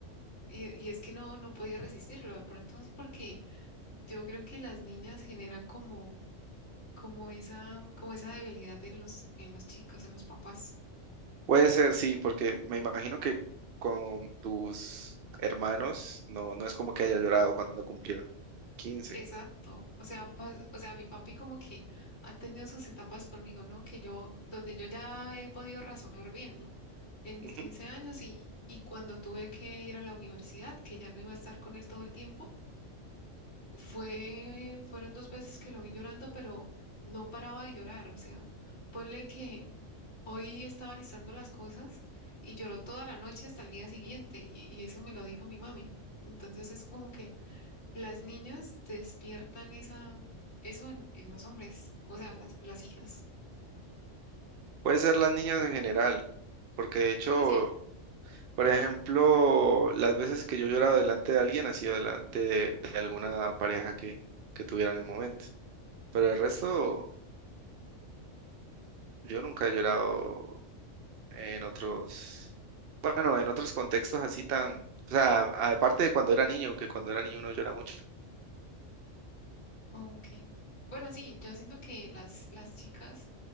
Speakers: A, on the left (about 55°); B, on the right (about 60°).
A: Y, y es que no, no podía resistirlo, de pronto es porque yo creo que las niñas generan como, como esa, como esa debilidad en los, en los chicos, en los papás.
B: Puede ser, sí, porque me imagino que con tus hermanos no, no es como que haya llorado cuando cumplieron 15.
A: Exacto. O sea, pas- o sea, mi papi como que ha tenido sus etapas conmigo, ¿no? Que yo, donde yo ya he podido razonar bien, ¿no? En mis
B: Ujú.
A: 15 años y, y cuando tuve que ir a la universidad, que ya no iba a estar con él todo el tiempo Fue, fueron dos veces que lo vi llorando, pero no paraba de llorar. O sea, ponle que hoy estaba listando las cosas y lloró toda la noche hasta el día siguiente y, y eso me lo dijo mi mami. Entonces es como que las niñas despiertan esa, eso en, en los hombres, o sea, las, las hijas.
B: Puede ser las niñas en general, porque de hecho,
A: Bueno, sí,
B: por ejemplo, las veces que yo he llorado delante de alguien ha sido delante de, de alguna pareja que, que tuviera en el momento. Pero el resto,
A: ok,
B: yo nunca he llorado en otros, bueno, en otros contextos así tan, o sea, aparte de cuando era niño, que cuando era niño uno llora mucho.
A: ok. Bueno, sí, yo siento que las, las chicas